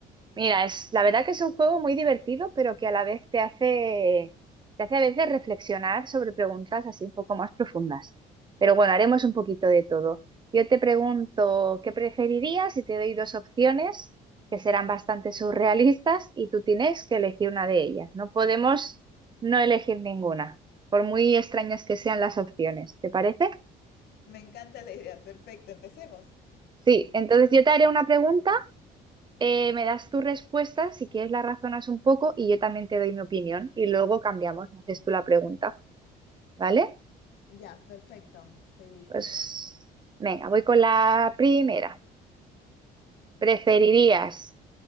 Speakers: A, on the right (about 25°); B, on the left (about 70°).
A: Mira, es, la verdad que es un juego muy divertido, pero que a la vez te hace, te hace a veces reflexionar sobre preguntas así un poco más profundas. Pero bueno, haremos un poquito de todo. Yo te pregunto, ¿qué preferirías? Y te doy dos opciones que serán bastante surrealistas y tú tienes que elegir una de ellas. No podemos no elegir ninguna, por muy extrañas que sean las opciones. ¿Te parece?
B: Me encanta la idea. Perfecto, empecemos.
A: Sí, entonces yo te haré una pregunta. Eh, me das tu respuesta, si quieres la razonas un poco y yo también te doy mi opinión y luego cambiamos, me haces tú la pregunta, ¿vale?
B: Ya, perfecto. Estoy lista
A: Pues
B: entonces.
A: venga, voy con la primera. ¿Preferirías